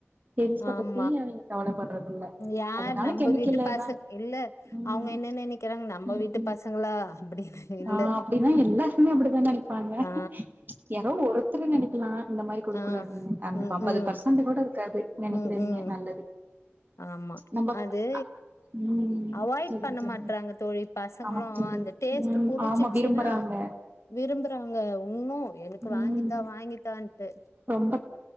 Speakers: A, on the right; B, on the left.
A: தெம்ஸ்ட
B: ஆமா
A: பத்தி அவிங்க கவல <inaudible>
B: யார்
A: அதனால
B: நம்ம
A: கெமிக்கல்லன
B: வீட்டு பச இல்ல
A: உம்
B: அவங்க என்ன நெனைக்கிறாங்க நம்ம
A: உம்
B: வீட்டு பசங்களா அப்டின்னு இல்ல
A: ஆஹ் அப்டின்னா எல்லாருமே அப்டித்தா நெனைப்பாங்க
B: ஆ
A: யாரோ ஒருத்தர் நெனைக்கலா இந்த மாரி குடுக்கூடாது
B: ஆ
A: அந்த
B: ம்
A: அம்பது
B: ம்
A: பர்சென்ட் கூட இருக்காது நெனக்கிறிங்க
B: ம் ம்
A: நல்லது
B: ஆமா
A: நம்ம
B: அது
A: ம்
B: அவாய்ட்
A: சொல்லுங்க
B: பண்ண
A: தோழி
B: மாட்றாங்க தோழி பசங்களு
A: ஆமாங்க தோழி
B: அந்த டேஸ்ட்
A: ம்
B: புடிச்சிருச்சின்னா
A: ஆமா விரும்புறாங்க
B: விரும்புறாங்க இன்னு எனக்கு வாங்கித்தா
A: ம்
B: வாங்கித்தான்ட்டு
A: ரொம்ப